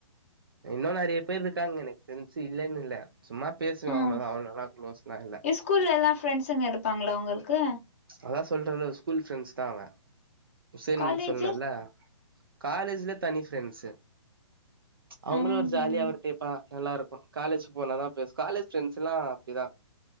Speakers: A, on the right (about 45°); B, on the left (about 25°).
A: இன்னும் நெறைய பேர் இருக்காங்க எனக்கு தெரிஞ்சி இல்லன்னு இல்ல சும்மா பேசுவே
B: ஹம்
A: அவ்ளோதா அவ்ளோலா க்ளோஸ்லா இல்ல
B: ஸ்கூல்ல எல்லாம் ஃப்ரெண்ட்ஸங்க இருப்பாங்களா உங்களுக்கு
A: அதான் சொல்றல ஒரு ஸ்கூல் ஃப்ரெண்ட்ஸ் தான் அவன் ஹுசேன்
B: காலேஜு
A: சொன்னேல காலேஜ்ல தனி ஃப்ரெண்ட்ஸு அவங்களும்
B: ம்ஹும்
A: ஒரு ஜாலியா ஒரு டைப்பா நல்லா இருக்கும் காலேஜ் போனாதான் பேசும் காலேஜ் ஃப்ரெண்ட்ஸ் எல்லாம் அப்படிதான்